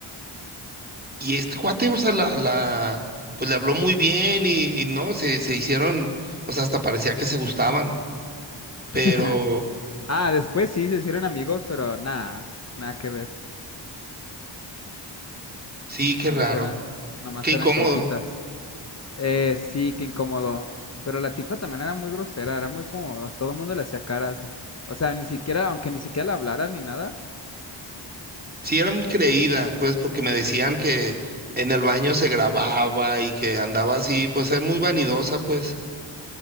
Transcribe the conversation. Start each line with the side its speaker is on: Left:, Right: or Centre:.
Right: Y este cuate, o sea, la, la, pues le habló muy bien y, y no, se, se hicieron, o sea, hasta parecía que se gustaban, pero
Left: <laughs> Ah, después sí se hicieron amigos, pero nada, nada que ver.
Right: sí, qué
Left: Nomás
Right: raro,
Left: eran, nomás
Right: qué incómodo.
Left: eran compitas. Eh, sí, qué incómodo. Pero la tipa también era muy grosera, era muy como, a todo el mundo le hacía caras. O sea, ni siquiera, aunque ni siquiera le hablara ni nada,
Right: Sí, era muy creída, pues, porque me decían que en el baño se grababa y que andaba así, pues, es muy vanidosa, pues.